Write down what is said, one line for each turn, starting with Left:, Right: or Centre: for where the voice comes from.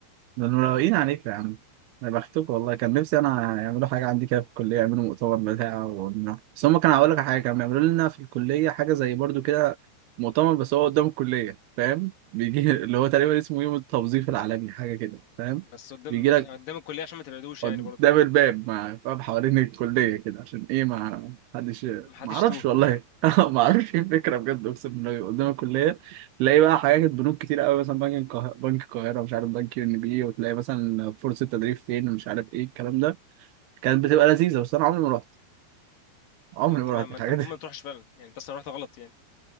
Right: ده انا مروقين عليكم يا عم انا بختكم والله كان نفسي انا يعملوا حاجه عندي كده في الكليه يعملوا مؤتمر بتاع ونروح. بس هم كانوا هقول لك على حاجه كانوا بيعملوا لنا في الكليه حاجه زي برضو كده مؤتمر بس هو قدام الكليه فاهم بيجي <laughs> اللي هو تقريبا اسمه يوم التوظيف العالمي حاجه كده فاهم
Left: بس قدام
Right: بيجي لك
Left: قدام الكليه عشان ما تبعدوش
Right: قدام
Left: يعني برضه م-
Right: الباب مع فاهم حوالين الكلية كده عشان ايه ما حدش
Left: ما حدش
Right: ما اعرفش
Left: يتوه
Right: والله <laughs> ما اعرفش ايه الفكرة بجد اقسم بالله قدام الكلية تلاقي بقى حاجات بنوك كتير قوي مثلا بنك القاهرة بنك القاهرة مش عارف بنك ان بي وتلاقي مثلا فرصة تدريب فين ومش عارف ايه الكلام ده كانت بتبقى لذيذة بس انا عمري ما رحت
Left: <laughs>
Right: عمري
Left: ما انت
Right: ما
Left: ما
Right: رحت
Left: ما
Right: الحاجات
Left: انت المفروض ما تروحش فعلا يعني انت اصلا رحت غلط يعني